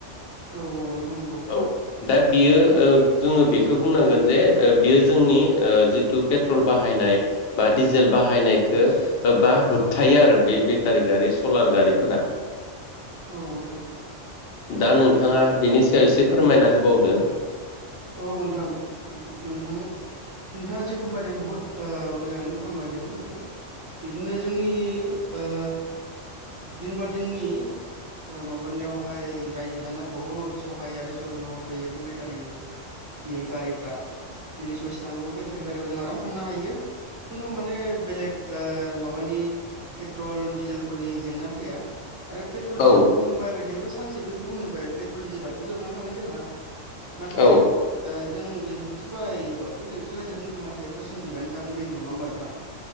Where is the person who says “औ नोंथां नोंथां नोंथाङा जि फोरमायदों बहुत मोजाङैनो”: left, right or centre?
Right